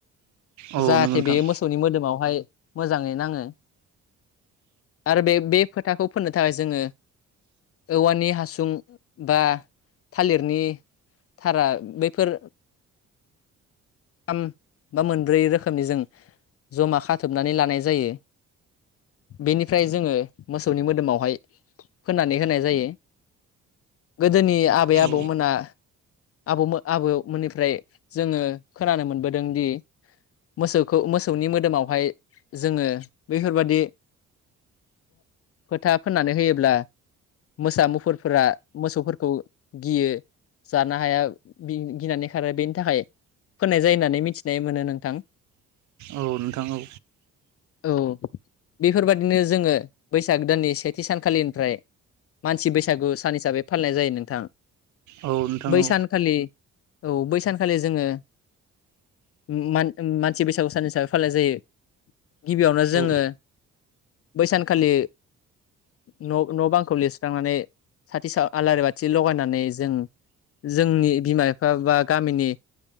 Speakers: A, on the right (about 70°); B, on the left (about 50°).
A: औ
B: जाहाथे
A: नंगौ नोंथां
B: बेयो मोसौनि मोदोमावहाय मोजाङै नाङो। आरो बे बे फोथाखौ फोननो थाखाय जोङो औवानि हासुं बा थालिरनि थारा बैफोर थाम बा मोनब्रै रोखोमनि जों जमा खाथबनानै लानाय जायो। बेनिफ्राय जोङो मोसौनि मोदोमावहाय फोननानै होनाय जायो। गोदोनि आबै
A: औ
B: आबौमोना आबौमो-आबौमोननिफ्राय जोङो खोनानो मोनबोदों दि मोसौखौ मोसौनि मोदोमावहाय जोङो बैफोरबादि फोथा फोननानै होयोब्ला मोसा मुफुरफोरा मोसौफोरखौ गियो। जानो हाया बि गिनानै खारो बेनि थाखाय फोननाय जायो होननानै मिथिनाय मोनो नोंथां।
A: औ नोंथां औ
B: औ बेफोरबादिनो जोङो बैसाग दाननि सेथि सानखालिनिफ्राय मानसि बैसागु सान हिसाबै फालिनाय जायो नोंथां।
A: औ नोंथां
B: बै
A: औ
B: सानखालि औ बै सानखालि जोङो उ मान-मानसि बैसागु सान हिसाबै फालिनाय जायो गिबियावनो जोङो
A: औ
B: बै सानखालि न' न' बांखौ लिरस्रांनानै साथि सा-आलारि बाथि लगायनानै जों जोंनि बिमा बिफा बा गामिनि